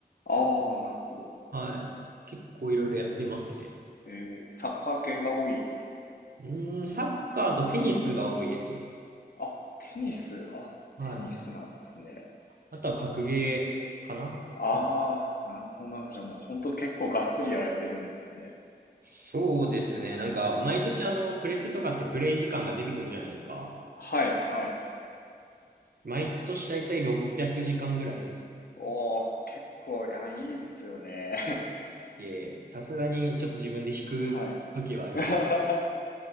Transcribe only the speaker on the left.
ああ、なるほど。
あえーサッカー系が多いんですか
あ、テニス。あ、
テニスなんですね。
ああ、なるほどなるほど。じゃあもう本当結構がっつりやられてるんですね。
はいはい。
おー、結構、いや、いいですよね。
<laughs> はい。<laughs>